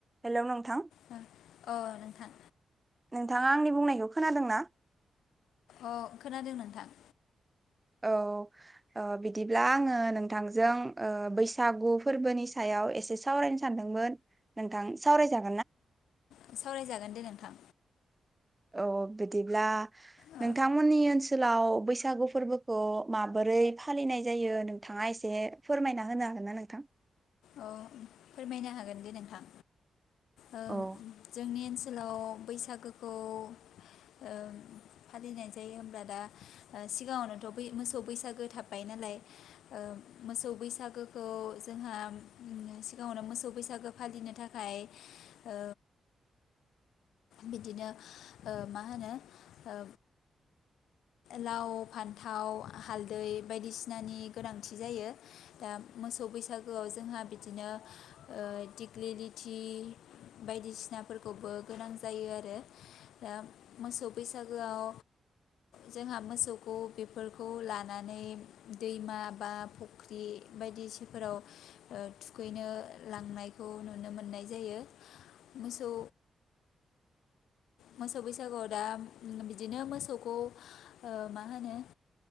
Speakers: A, on the right; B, on the left.
A: Hello नोंथां
B: अ नोंथां
A: नोंथाङा आंनि बुंनायखौ खोनादों ना?
B: ओ अ' खोनादों नोंथां।
A: औ ओ बिदिब्ला आंङो नोंथांजों ओ बैसागु फोरबोनि सायाव एसे सावरायनो सानदोंमोन नोंथां सावरायजागोनना
B: औ सावरायजागोन दे नोंथां।
A: औ बिदिब्ला
B: औ
A: नोंथांमोननि ओनसोलाव बैसागु फोरबोखौ माबोरै फालिनाय जायो नोंथाङा एसे फोरमायना होनो हागोन ना नोंथां
B: औ फोरमायनो हागोन दे नोंथां। ओ
A: औ
B: जोंनि ओनसो सोलाव बैसागोखौ ओ फालिनाय जायो होमब्ला दा ओ सिगाङावनोथ' बै मोसौ बैसागो थाबाय नालाय ओ मोसौ बैसागोखौ जोंहा सिगाङावनो मोसौ बैसागो फालिनो थाखाय ओ बिदिनो ओ मा होनो ओ लाव फान्थाव हालदै बायदिसिनानि गोनांथि जायो दा मोसौ बैसागोआव जोंहा बिदिनो ओ दिग्लिलिथि बायदिसिनाफोरखौबो गोनां जायो आरो ओ मोसौ बैसागोआव जोंहा मोसौखौ बेफोरखौ लानानै दैमा बा फुख्रि बायदिसिफोराव ओ थुखैनो लांनायखौ नुनो मोननाय जायो मोसौ मोसौ बैसागुआव दा बिदिनो मोसौखौ ओ मा होनो ओ